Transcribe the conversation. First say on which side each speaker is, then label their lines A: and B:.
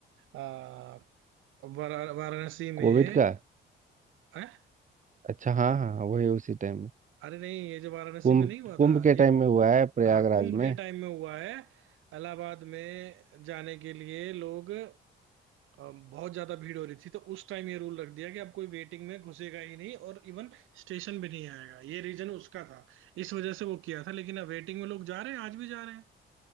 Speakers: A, on the right (about 85°); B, on the right (about 40°).
A: आ, वारा- वाराणसी
B: कोविड
A: में
B: का
A: हैं?
B: अच्छा हाँ हाँ हाँ, वही उसी टाइम में
A: अरे नहीं ये जो वाराणसी
B: कुंभ
A: में नहीं हुआ
B: कुंभ
A: था
B: के
A: ये
B: टाइम में हुआ है प्रयागराज
A: हाँ कुंभ
B: में
A: के टाइम में हुआ है इलाहाबाद में जाने के लिए लोग अ, बहुत ज्यादा भीड़ हो रही थी तो उस टाइम ये रूल रख दिया कि अब कोई वेटिंग में घुसेगा ही नहीं और इवन स्टेशन भी नहीं आएगा ये रीजन उसका था इस वजह से वो किया था लेकिन अब वेटिंग में लोग जा रहे हैं आज भी जा रहे हैं